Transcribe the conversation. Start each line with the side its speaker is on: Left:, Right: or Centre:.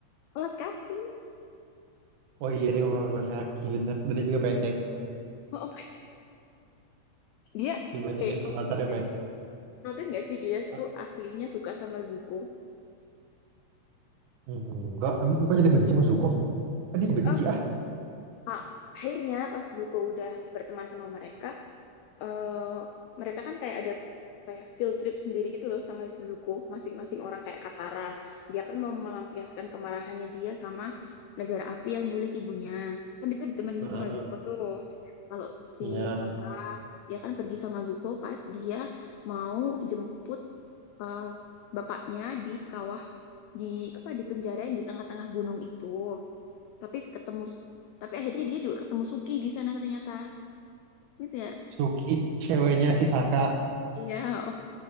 Left: kelas kaki
Right: Oh iya deh ngomong sama Saki bener. Dan dia juga pendek
Left: oh, <laughs> dia
Right: dibandingkan
Left: eh
Right: Avatar yang
Left: nggak
Right: pendek.
Left: sih notice nggak sih dia
Right: Ah,
Left: tuh aslinya suka sama Zuko
Right: Enggak, emang bukannya dia benci sama Zuko? Ah, dia benci
Left: Eh,
Right: ah.
Left: Pak, akhirnya pas Zuko udah berteman sama mereka, eh mereka kan kayak ada apa ya field trip sendiri gitu loh sama Suzuko masing-masing orang kayak Katara dia kan mau melampiaskan kemarahannya dia sama negara api yang nyulik ibunya kan itu ditemenin
Right: Heeh.
Left: sama Zuko tuh kalau si
Right: Iya.
Left: Saka dia kan pergi sama Zuko pas dia mau jemput eh, bapaknya di kawah di apa di penjara yang di tengah-tengah gunung itu tapi ketemu tapi akhirnya dia juga ketemu Suki di sana ternyata gitu ya
Right: Suki ceweknya si Saka.
Left: iya